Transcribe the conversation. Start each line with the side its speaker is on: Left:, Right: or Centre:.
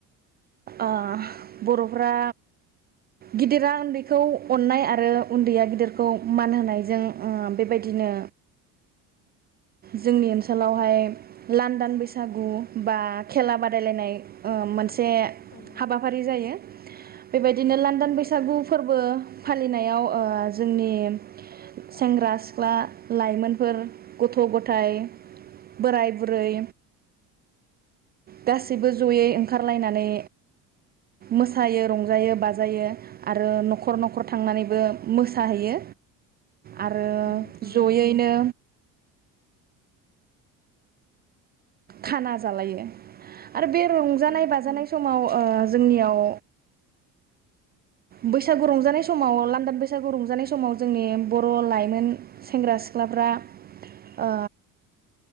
Right: ओ बर'फ्रा गिदिरा ओन्दैखौ अननाय आरो उन्दैया गिदिरखौ मान होनायजों ओम बेबायदिनो जोंनि ओनसोलावहाय लांनदां बैसागु बा खेला बादायलायनाय ओ मोनस जे
Left: औ
Right: हाबाफारि जायो बेबायदिनो
Left: औ
Right: लान्दान
Left: नंगौ
Right: बैसागु फोरबो फालिनायाव ओ जोंनि सेंग्रा- सिख्ला लाइमोनफोर गथ' गथाय बोराय बुरै गासैबो जयै ओंखारलायनानै मोसायो रंजायो बाजायो आरो न'खर न'खर थांनानैबो मोसाहैयो आरो
Left: ओम औ
Right: जयैनो खाना जालायो आरो बे रंजानाय
Left: औ
Right: बाजानाय समाव ओ जोंनियाव बैसागु रंजानाय समाव लान्दां बैसागु रंजानाय समाव जोंनि बर' लाइमोन सेंग्रा सिख्लाफ्रा ओ